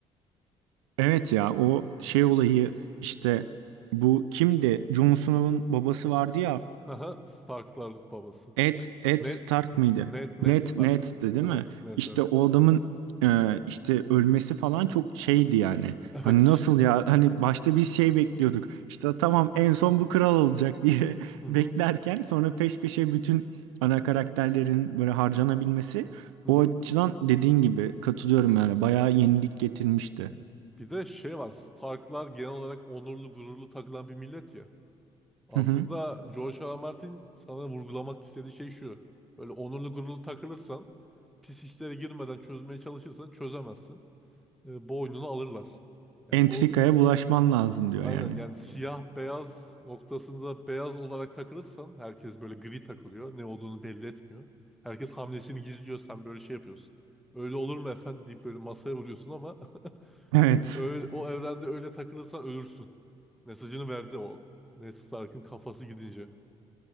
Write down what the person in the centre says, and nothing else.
Aha, Starklar babası.
Ned,
Ned, Ned
Stark.
Aha,
Ned
evet.
<laughs>
Evet.
Hı hı,
hı
hı.
Bir de şey var. Starklar genel olarak onurlu, gururlu takılan bir millet ya. Aslında
George R. R. Martin sana vurgulamak istediği şey şu. Böyle onurlu, gururlu takılırsan, pis işlere girmeden çözmeye çalışırsan çözemezsin. E, boynunu alırlar. Yani
o
aynen
yani siyah beyaz noktasında beyaz olarak takılırsan herkes böyle gri takılıyor. Ne olduğunu belli etmiyor. Herkes hamlesini gizliyor. Sen böyle şey yapıyorsun. Öyle olur mu efendi deyip böyle masaya vuruyorsun ama <laughs>
Öyle, o evrende öyle takılırsan ölürsün. Mesajını verdi o. Ned Stark'ın kafası gidince.